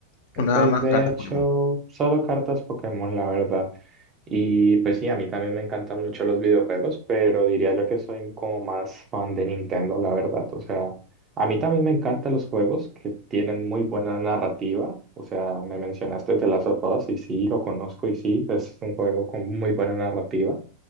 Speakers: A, on the left (about 50°); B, on the right (about 25°).
A: ¿O nada
B: Pues
A: más
B: de
A: cartas
B: hecho,
A: Pokémon?
B: solo cartas Pokémon, la verdad. Y pues sí, a mí también me encantan mucho los videojuegos, pero diría yo que soy como más fan de Nintendo, la verdad. O sea, a mí también me encantan los juegos que tienen muy buena narrativa. O sea, me mencionaste The Last of Us y sí, lo conozco y sí, es un juego con muy buena narrativa.